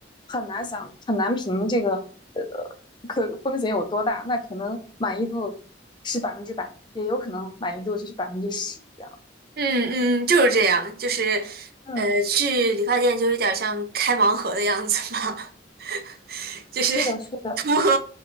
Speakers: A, on the left; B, on the right.
A: 很难想很难评这个呃可风险有多大，那可能满意度是百分之百，也有可能满意度就是百分之十这样。
B: 嗯嗯，就是这样，就是
A: 嗯，
B: 呃去理发店就有点像开盲盒的样子嘛。<laughs> 就是
A: 是的，是的。
B: <laughs> 图和